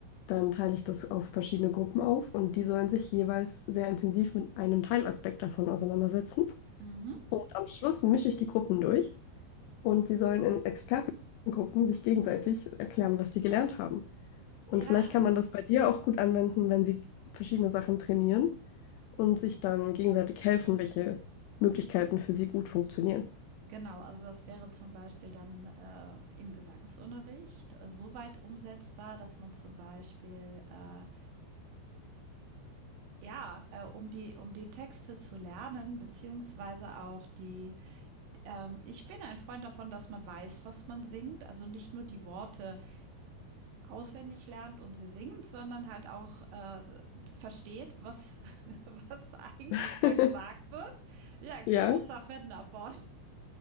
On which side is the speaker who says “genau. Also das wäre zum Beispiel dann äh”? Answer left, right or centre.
Right